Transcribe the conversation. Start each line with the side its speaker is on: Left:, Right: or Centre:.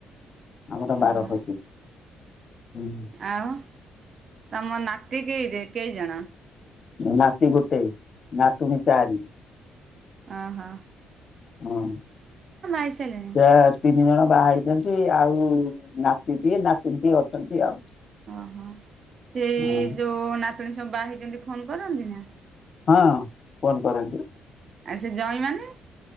Left: ଆମର ତ ବାର
Right: ଓହୋ
Left: ଫସି ହୁଁ।
Right: ଆଉ ତମ ନାତି କେଇ କେଇ ଜଣ?
Left: ନାତି ଗୋଟେ ନାତୁଣୀ ଚାରି।
Right: ଅହଁ।
Left: ହଁ।
Right: ହେଇସାରିଲେଣି?
Left: ତିନି ଜଣ ବାହା ହେଇଚନ୍ତି ଆଉ ନାତିଟିଏ ନାତୁଣୀଟିଏ ଅଛନ୍ତି ଆଉ।
Right: ଓହୋ ସେଇ
Left: ହଁ
Right: ଯୋଉ ନାତୁଣୀ ସବୁ ବାହା ହେଇଚନ୍ତି ଫୋନ କରନ୍ତି ନା?
Left: ହଁ ଫୋନ୍ କରନ୍ତିୁ।
Right: ଆଉ ସେ ଜଇଁ ମାନେ?